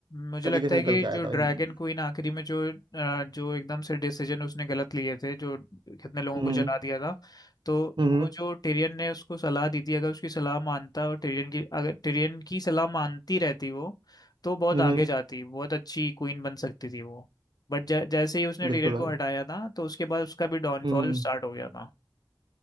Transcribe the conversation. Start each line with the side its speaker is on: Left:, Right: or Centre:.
Left: मुझे
Right: तरीके
Left: लगता
Right: से
Left: है
Right: निकल
Left: कि
Right: के आया
Left: जो
Right: था
Left: ड्रैगन
Right: हम्म
Left: क्वीन आखिरी में जो अ, जो एकदम से डिसीजन उसने गलत लिए थे जो कितने लोगों
Right: हम्म
Left: को जला दिया था तो
Right: हम्म
Left: वो जो टिरियन ने उसको सलाह दी थी अगर उसकी सलाह मानता और टिरियन की अगर टिरियन की सलाह मानती रहती वो तो बहुत
Right: हम्म,
Left: आगे जाती बहुत अच्छी क्वीन बन सकती थी वो बट जैसे ही उसने टिरियन
Right: बिल्कुल भाई
Left: को हटाया था तो उसके बाद उसका भी डाउनफॉल
Right: हम्म
Left: स्टार्ट हो गया था